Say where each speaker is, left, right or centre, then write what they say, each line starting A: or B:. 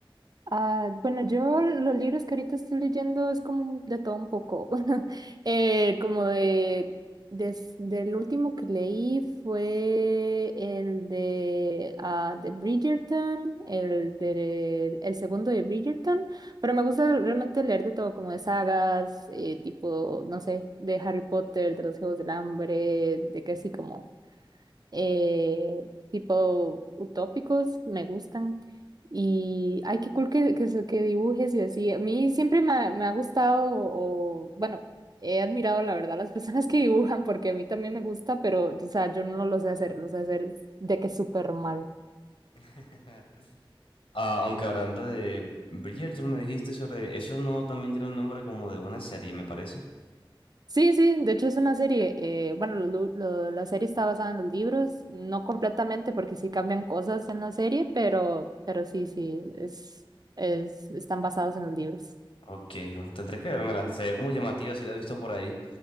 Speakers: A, on the right; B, on the left.
A: Ah, bueno, yo los libros que ahorita estoy leyendo es como un- de todo un poco. <laughs> Eh, como de, des- del último que leí fue el de, ah, de Bridgerton, el de el segundo de Bridgerton, pero me gusta realmente leer de todo, como de sagas, eh, tipo, no sé, de Harry Potter, de los Juegos del Hambre, de que así como eh, tipo utópicos, me gustan. Y ay, qué cool que, que, se- que dibujes y así. A mí siempre me ha, me ha gustado, o bueno, he admirado la verdad las <laughs> personas que dibujan, porque a mí también me gusta, pero o sea, yo no lo sé hacer, lo sé hacer de que súper mal.
B: <laughs> Ah, aunque hablando de Bridgerton, me dijiste sobre eso, no también tiene un nombre como de una serie, me parece.
A: Sí, sí, de hecho es una serie. eh, bueno, lo- lo- la serie está basada en los libros, no completamente porque sí cambian cosas en la serie, pero, pero sí, sí, es, es, están basados en los libros.
B: Ok, <laughs> bueno, tendré que vérmela. Se ve como llamativa, si la he visto por ahí.